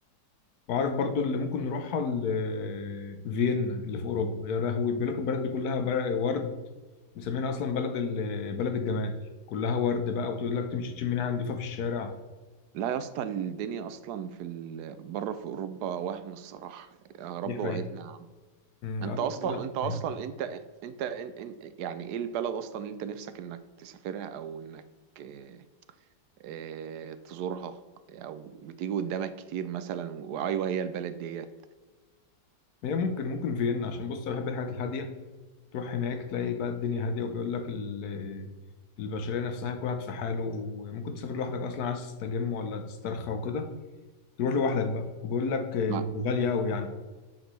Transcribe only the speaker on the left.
وعارف برضو اللي ممكن نروحها ال- فيينا اللي في اوروبا يا لهوي بيقول لك البلد دي كلها بر- ورد مسمينها اصلا بلد ال- بلد الجمال كلها ورد بقى وبتقول لك تمشي تشم ريحه نضيفه في الشارع
دي حقيقة
أمم،
أعرف
يعني <laughs>
هي ممكن ممكن فيينا عشان بص أنا بحب الحاجات الهاديه تروح هناك تلاقي بقى الدنيا هاديه وبيقول لك ال- البشريه نفسها كل واحد في حاله وممكن تسافر لوحدك اصلا عايز تستجم ولا تسترخى وكده تروح لوحدك بقى وبيقول لك آه،
غاليه قوي يعني